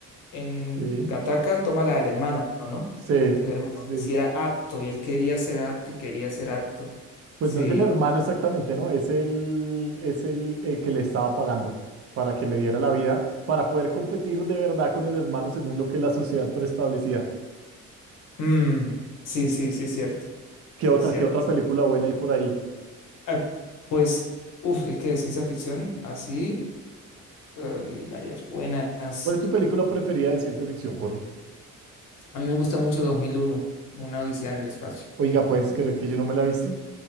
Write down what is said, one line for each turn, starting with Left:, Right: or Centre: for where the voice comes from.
Left: En
Right: ok.
Left: Gattaca toma la del hermano, ¿no?
Right: Sí,
Left: El hermano
Right: sí, sí, sí.
Left: que sí era apto y él quería ser apto y quería ser apto.
Right: Pues
Left: Sí.
Right: no es el hermano exactamente, ¿no? Es el, es el, el que le estaba pagando para que le diera la vida, para poder competir de verdad con el hermano según lo que la sociedad preestablecía.
Left: Mm, sí, sí, sí es cierto.
Right: ¿Qué
Left: Sí
Right: otra,
Left: es cierto.
Right: qué otra película buena hay por ahí?
Left: Ah, pues, uff, es que de ciencia ficción así eh, hay varias buenas.
Right: ¿Cuál es tu película preferida de ciencia ficción, Jorge?
Left: A mí me gusta mucho dos mil uno, Una Odisea en el espacio.
Right: Oiga, ¿puedes creer que yo no me la he visto?